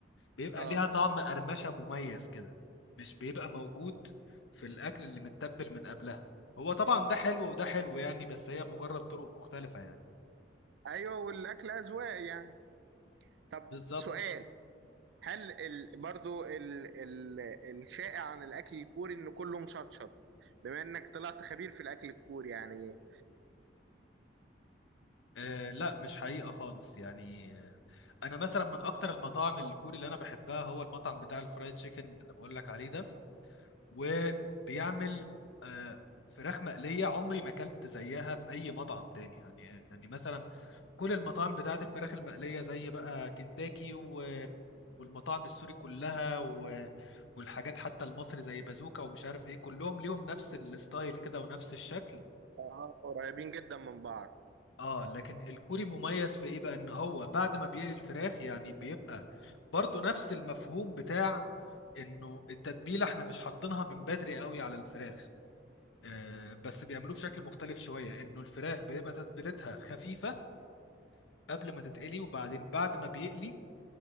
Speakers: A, on the left (about 80°); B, on the right (about 70°).
A: بيبقى
B: اه
A: ليها طعم قرمشه مميز كده مش بيبقى موجود في الاكل اللي متبل من قبلها هو طبعا ده حلو وده حلو يعني بس هي مجرد طرق مختلفه يعني
B: ايوه والاكل اذواق يعني طب
A: بالظبط
B: سؤال هل ال... برضو ال... ال... الشائع عن الاكل الكوري انه كله مشطشط بما انك طلعت خبير في الاكل الكوري يعني
A: آه لا مش حقيقه خالص يعني آه انا مثلا من اكتر المطاعم الكوري اللي انا بحبها هو المطعم بتاع الفرايد تشيكن اللي بقول لك عليه ده وبيعمل آه، فراخ مقلية عمري ما اكلت زيها في اي مطعم تاني يعني يعني مثلا كل المطاعم بتاعت الفراخ المقلية زي بقى كنتاكي و والمطاعم السوري كلها و... والحاجات حتى المصري زي بازوكا ومش عارف ايه كلهم ليهم نفس الستايل كده ونفس الشكل
B: آه، قريبين جدا من بعض
A: اه لكن الكوري مميز في ايه بقى ان هو بعد ما بيقلي الفراخ يعني بيبقى برضو نفس المفهوم بتاع انه التتبيله احنا مش حاطينها من بدري قوي على الفراخ آه، بس بيعملوه بشكل مختلف شوية إنه الفراخ بيبقى تتبيلتها خفيفة قبل ما تتقلي وبعدين بعد ما بيقلي